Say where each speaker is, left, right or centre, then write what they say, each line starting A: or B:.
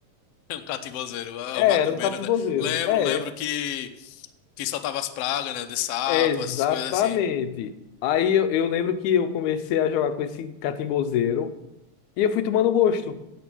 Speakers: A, on the left; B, on the left.
A: Um catimbozeiro, ah,
B: É,
A: um macumbeiro,
B: era um catimbozeiro.
A: né? Lembro,
B: É,
A: lembro que, que soltava as pragas, né? De sapo,
B: é exatamente.
A: essas coisas assim.
B: Aí eu, eu lembro que eu comecei a jogar com esse catimbozeiro. E eu fui tomando gosto.